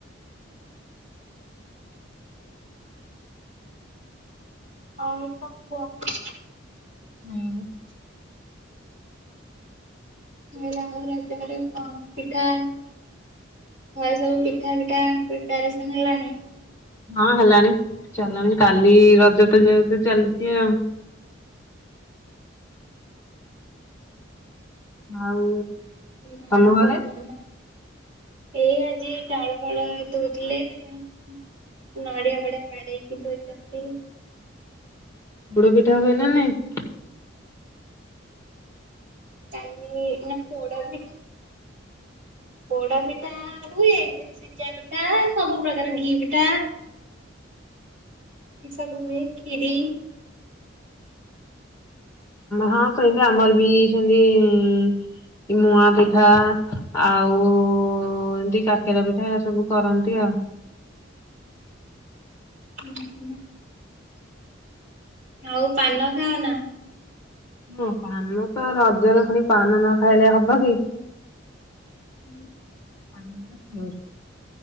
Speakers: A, on the right; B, on the left.
A: ଆଉ କଣ କୁହ।
B: ହୁଁ।
A: ହେଲା <unintelligible> ରଜରେ ପିଠା ଘରେ ସବୁ ପିଠା ମିଠା ପ୍ରିପାରେସନ୍ ହେଲାଣି?
B: ହଁ ହେଲାଣି ଚାଲାଣି କାଲି ରଜ ଟା ଯେହେତୁ ଚାଲିଚି ଆଉ। ଆଉ
A: ନା
B: ତମ
A: ସବୁ
B: ଘରେ?
A: ମାମା ଏଇ ଆଜି ଯାଇ ଫଳ ଧଉଥିଲେ ନଡିଆ ବଡିଆ ବାଡେଇକି ଧୋଇ ଚନ୍ତି।
B: ପୋଡ ପିଠା ହୁଏନା ନାହିଁ?
A: କାଇ ନା ପଡ ବି ପୋଡା ପିଠା ହୁଏ କିନ୍ତୁ ସିଜା ପିଠା ସବୁ ପ୍ରକାର ଘି ପିଠା। ଏସବୁ ହୁଏ ଖିରି
B: ହଁ ସେଇମତି ଆମର ବି ସେମତି ମୁଆ ପିଠା ଆଉ ଏମିତି କାକେରା ପିଠା ଏା ସବୁ କରନ୍ତି ଆଉ
A: ହୁଁ ହୁଁ ଆଉ ପାନ ଖାଅ ନା?
B: ହଁ ପାନ ତ ରଜରେ ପୁଣି ପାନ ନ ଖାଇଲେ ହବ କି।
A: ହୁଁ ହୁଁ।
B: ଆ <unintelligible>